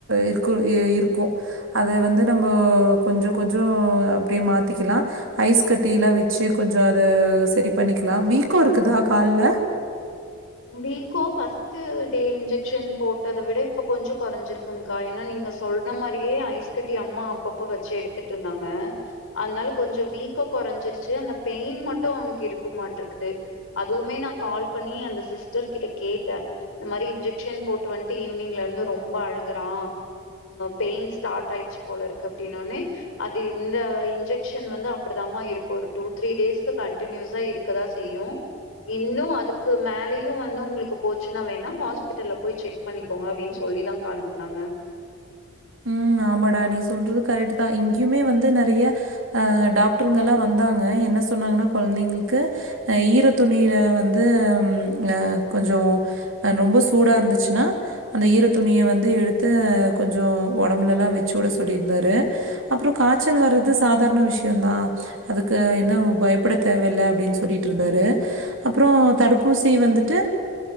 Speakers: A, on the right; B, on the left.
A: இருக்கு இருக்கு அது வந்து நம்ப கொஞ்சோ கொஞ்சோ அப்டியே மாத்திக்கலா ஐஸ் கட்டிலா வச்சு கொஞ்சோ அத சரி பண்ணிக்கலா வீக்கோ இருக்கு தா கால்ல
B: வீக்கோ ஃபஸ்ட் டே இன்ஜெக்ஷன் போட்டத விட இப்ப கொஞ்சோ குறைஞ்சிருக்குங்க்கா ஏனா நீங்க தொல்ன்ன மாரியே ஐஸ் ஐஸ் கட்டி அம்மா அப்பப்ப வச்சு எடுத்துட்ருந்தாங்க அதனால கொஞ்சோ வீக்க குறைஞ்சிருச்சு அந்த பெயின் மட்டு அவனுக்கு இருக்கு மாட்டு க்குது அதுவுமே நா கால் பண்ணி அந்த சிஸ்டர் கிட்ட கேட்ட இந்த மாரி இன்ஜெக்க்ஷன் போட்டு வன்ட்டு ஈவினிங்ல இருந்து ரொம்ப அழுகுறா பெயின் ஸ்டார்ட் ஆயிடுச்சு போலருக்கு அப்படின்னோனெ அது இந்த இன்ஜெக்க்ஷன் வந்து அப்டிதாமா இருக்கு ஒரு டூ த்ரீ டேஸ்கு கண்ட்னியூயஸா இருக்கதா செய்யு இன்னு அதுக்கு மேலை இவ வன்னு உங்ளுக்கு போச்சுன்னா வேணா ஹாஸ்ப் ஹாஸ்பிட்டல்ல போய் செக் பண்ணிக்கோங்க அப்படின் சொல்லி தா கா அனுப்னாங்க
A: ம் ஆமாடா நீ சொல்றது கரெக்ட் தா இங்கேயுமே வந்து நிறைய ஆஹ் டாக்டர்ங்லா வந்தாங்க என்ன சொன்னாங்கன்னா குழந்தைங்களுக்கு ஈர துணியில வந்து அஹ கொஞ்சோ ரொம்ப சூடா இருந்துசுன்னா அந்த ஈர துணிய வந்து எடுத்து கொஞ்சோ ஒடம்புல எல்லா வச்சு உட சொல்லி இருந்தாரு அப்றோ காச்சல் வர்றது சாதாரண விஷய தா அதுக்கு இன்ன பயப்பட தேவயில்ல அப்படின் சொல்லிட்ருந்தாரு அப்றோ தடுப்பூசி வந்துட்டு